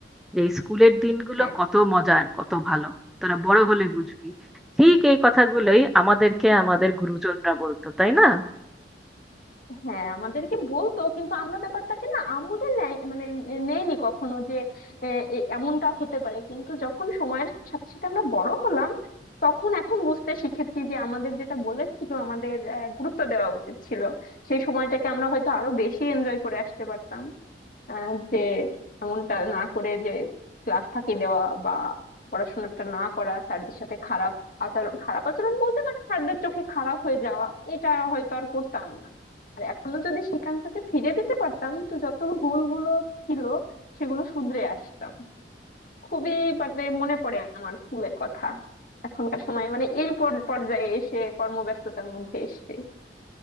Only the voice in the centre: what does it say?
যে স্কুলের দিনগুলো
কত মজার কত ভালো তোরা বড় হলে বুঝবি ঠিক এই কথাগুলোই আমাদেরকে আমাদের গুরুজনরা বলতো তাই না